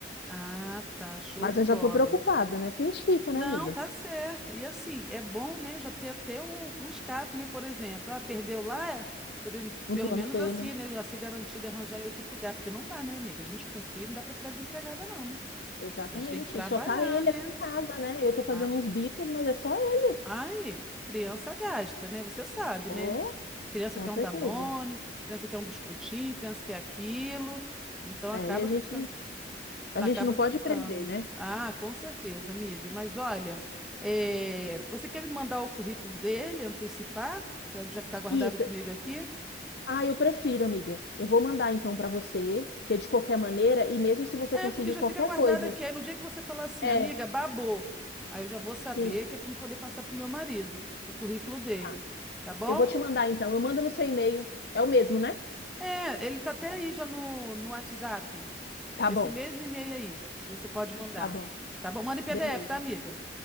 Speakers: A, in the centre; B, on the left.
A: Ah, tá. Show
B: Mas
A: de
B: eu
A: bola.
B: já estou preocupada, né? Porque a gente fica,
A: Não,
B: né, amiga?
A: tá certo. E assim, é bom, né, já ter até um, um escape, né, por exemplo. Ah, perdeu lá, por ex-
B: No
A: pelo
B: plano
A: menos
B: B,
A: assim,
B: né?
A: né, já ser garantido e arranjar em outro lugar, porque não dá, né, amiga? A gente com filho não dá pra ficar desempregada não, né?
B: Exatamente.
A: A gente tem que trabalhar,
B: E só tá ele
A: né?
B: aqui em casa, né? Eu tô fazendo
A: Ah,
B: uns bicos, mas é só ele.
A: ai, criança gasta, né? Você sabe, né?
B: Oh,
A: Criança
B: com
A: quer
B: certeza.
A: um Danone, criança quer um biscoitinho, criança quer aquilo. Então
B: É,
A: acaba
B: e a gente
A: ficando
B: A
A: Acaba
B: gente não pode
A: ficando.
B: prender, né?
A: Ah, com certeza, amiga. Mas olha, é, você quer me mandar o currículo dele, antecipar, para já ficar guardado
B: Isso.
A: comigo aqui?
B: Ah, eu prefiro, amiga. Eu vou mandar então para você, que é de qualquer maneira, e mesmo se você
A: É,
B: conseguir
A: porque já
B: qualquer
A: fica guardado
B: coisa.
A: aqui. Aí no dia que você falar assim,
B: É,
A: amiga, babou, aí eu já vou saber
B: sim,
A: que é para poder passar pro meu marido o currículo dele,
B: tá.
A: tá bom?
B: Eu vou te mandar então. Eu mando no seu e-mail. É o mesmo, né?
A: É, ele tá até aí já no, no WhatsApp,
B: Tá
A: esse
B: bom,
A: mesmo e-mail aí que você pode mandar,
B: tá bom.
A: tá bom? Manda em PDF,
B: Beleza.
A: tá, amiga?